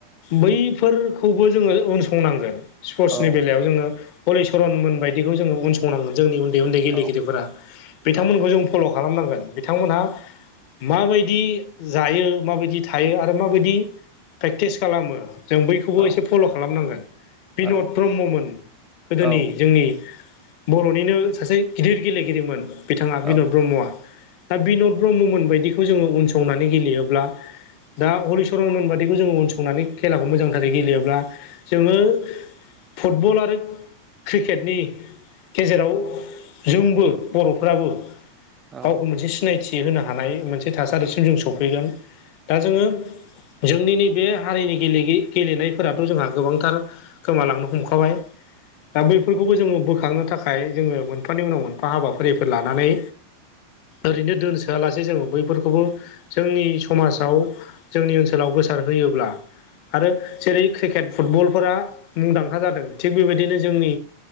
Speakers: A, on the left; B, on the right.
A: बै खौबो जोङो उनसंनांगोन स्पर्टसनि
B: औ
A: बेलायाव जोङो हलिचरनमोन बायदिखौ जोङो अनसंनांगोन जोंनि उन्दै उन्दै गेलेगिरिफोरा
B: औ
A: बिथांमोनखौ
B: औ
A: जों फल' खालाम खालामनांगोन बिथांमोनहा माबायदि जायो माबायदि थायो आरो माबायदि प्रेक्टिस खालामो जों बैखौबो
B: औ
A: एसे फल' खालामनांगोन बिन'द
B: औ
A: ब्रह्ममोन गोदोनि
B: औ
A: जोंनि बर'निनो सासे गिदिर गेलेगिरिमोन बिथाङा बिनद
B: औ
A: ब्रह्मआ दा बिन'द ब्रह्ममोन बायदिखौ जोङो उनसंनानै गेलेयोब्ला दा हरलिचरननबादिखौ जोङो अनसंनानै खेलाखौ मोजांथारै गेलेयोब्ला जोङो फुटबल आरो क्रिकेटनि गेजेराव जोंबो बर'फ्राबो
B: औ
A: गावखौ मोनसे सिनायथि होनो हानाय मोनसे थासारिसिम जों सफैगोन दा जोङो जोंनि नैबे हारिनि गेले गेलेनायफोराथ' जोंहा गोबांथार गोमालांनो हमखाबाय दा बैफोरखौबो जोङो बोखांनो थाखाय जोङो मोनफानि उनाव मोनफा हाबाफारिफोर लानानै ओरैनो दोनसोआलासे जोंङो बैफोरखौबो जोंनि समाजाव जोंनि ओनसोलाव गोसारहयोब्ला आरो जेरै क्रिकेट फुटबलफोरा मुंदांखा जादों थिग बेबायदिनो जोंनि